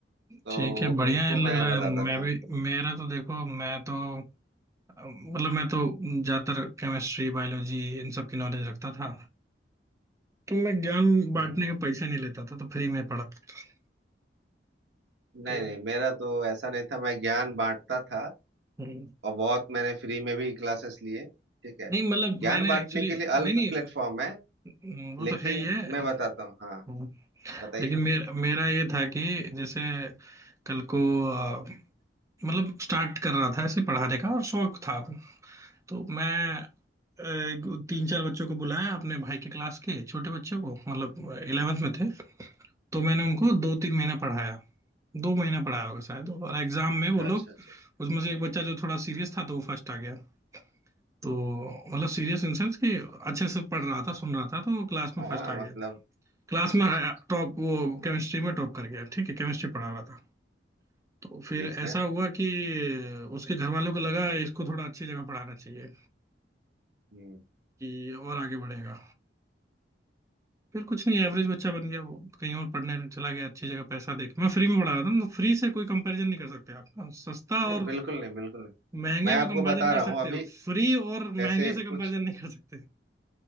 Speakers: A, on the right; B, on the right.
A: तो
B: ठीक है बढ़िया
A: उनको
B: है लग
A: मैं
B: रहा
A: बताता
B: है मैं
A: था
B: भी मेरा तो देखो मैं तो अ, मतलब मैं तो ज्यादातर केमिस्ट्री बायोलॉजी इन सब की नॉलेज रखता था तो मैं ज्ञान बांटने
A: हम्म
B: के पैसे नहीं लेता था तो फ्री में पढ़ा था।
A: नहीं
B: तो
A: नहीं मेरा तो ऐसा नहीं था मैं ज्ञान बांटता था
B: हम्म,
A: और बहुत मैंने फ्री में भी क्लासेस लिए ठीक है
B: नहीं मतलब
A: ज्ञान
B: मैंने
A: बांटने
B: एक्चुअली
A: के लिए
B: नहीं
A: अलग
B: नहीं
A: प्लेटफॉर्म है
B: हम्म, वो तो
A: लेकिन
B: है ही है
A: मैं बताता हूँ हाँ
B: हम्म,
A: बताइए
B: लेकिन
A: बताइए
B: मेरा मेरा ये था कि जैसे कल को अ, मतलब स्टार्ट कर रहा था ऐसे पढ़ाने का और शौक था तो मैं अ, तीन चार बच्चों को बुलाया अपने भाई के क्लास के छोटे बच्चों को मतलब 11th में थे तो मैंने उनको दो तीन महीना पढ़ाया दो महीना पढ़ाया होगा शायद और एग्जाम में वो
A: अच्छा
B: लोग
A: अच्छा
B: उसमें से एक बच्चा जो थोड़ा सीरियस था तो वो फर्स्ट आ गया तो मतलब सीरियस इन सेंस कि अच्छे से पढ़ रहा था सुन रहा था तो वो क्लास में
A: अच्छा
B: फर्स्ट
A: हाँ
B: आ गया
A: मतलब
B: क्लास
A: अच्छा
B: में
A: अच्छा अच्छा
B: टॉप वो केमिस्ट्री में टॉप कर गया ठीक है केमिस्ट्री पढ़ा रहा था तो फिर
A: ठीक
B: ऐसा
A: है
B: हुआ कि उसके घर वालों को लगा इसको थोड़ा अच्छी जगह पढ़ाना चाहिए
A: हम्म
B: कि और आगे बढ़ेगा फिर कुछ नहीं एवरेज बच्चा बन गया वो कहीं और पढ़ने चला गया अच्छी जगह पैसा देख मैं फ्री में पढ़ा रहा था ना तो फ्री से कोई कंपैरिजन नहीं कर सकते आप हाँ, सस्ता
A: नहीं नहीं
B: और
A: बिल्कुल नहीं बिल्कुल नहीं
B: महंगे
A: मैं
B: में
A: आपको
B: कंपैरिजन
A: बता
B: कर
A: रहा
B: सकते
A: हूँ अभी
B: हो फ्री और महंगे
A: जैसे
B: से
A: कुछ
B: कंपैरिजन नहीं कर सकते